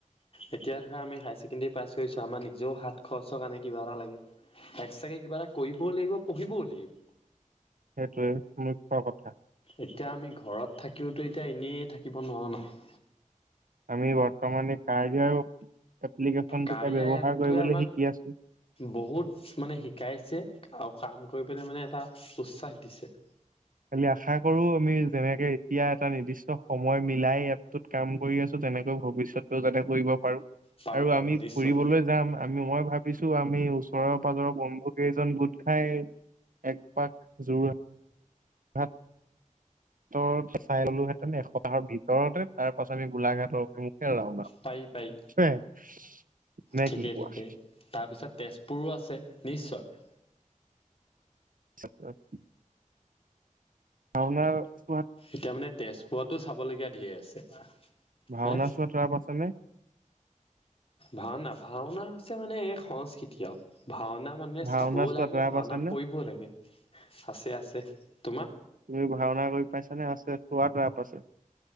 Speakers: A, on the left; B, on the right.
A: এতিয়া ধৰা আমি হাই ছেকেণ্ডেৰী পাছ কৰিছো আমাৰ নিজেও সাত খৰচৰ কাৰণে কিবা এটা লাগে। চাগে কিবা এটা কৰিবও লাগিব পঢ়িবও লাগিব।
B: সেইটোৱে মুখ্য কথা।
A: এতিয়া আমি ঘৰত থাকিওতো এতিয়া এনেই থাকিব নোৱাৰো নহয়।
B: আমি বৰ্তমানে কাৰয়া এপ্লিকেনটোকে
A: কাৰিয়া
B: ব্যৱহাৰ
A: এপটোৱে
B: কৰিবলৈ
A: আমাক
B: শিকি আছো।
A: বহুত মানে শিকাইছে আৰু কাম কৰিবলৈ মানে এটা উৎসা দিছে।
B: খালি আশা কৰো আমি যেনেকে এতিয়া এটা নিৰ্দিষ্ট সময় মিলাই এপটোত কাম কৰি আছো তেনেকৈ ভৱিষ্যতও যাতে কৰিব পাৰো
A: পাৰো
B: আৰু
A: পাৰো
B: আমি
A: নিশ্চয়
B: ফুৰিবলৈ যাম আমি মই ভাবিছো আমি ওচৰৰ পাজৰৰ বন্ধু কেইজন গোট খাই একপাক যোৰ হাট ৰ চাই ললোহেঁতেন একসপ্তাহৰ ভিতৰতে তাৰ পাছত আমি গোলাঘাটৰ অভি মুখে ৰাওনা
A: পাৰি পাৰি
B: হোম নে
A: ঠিকেই
B: কি কোৱা?
A: ঠিকেই তাৰপিছত তেজপুৰো আছে নিশ্চয়।
B: <unintelligible> ভাওঁনা <unintelligible>
A: এতিয়া মানে তেজপুৰতো চাবলগীয়া ধেৰ আছে।
B: ভাওনা
A: হা?
B: চোৱাত ৰাপ আছেনে
A: ভাওঁনা ভাওঁনা হৈছে মানে এক সংস্কৃতিয় ভাওঁনা মানে
B: ভাওনা
A: চাবও
B: চোৱাত
A: লাগে
B: ৰাপ
A: ভাওঁনা
B: আছেনে
A: কৰিবও লাগে। আছে আছে তোমাৰ?
B: তুমি ভাওঁনা কৰি পাইছা নে আছে চোৱাত ৰাপ আছে?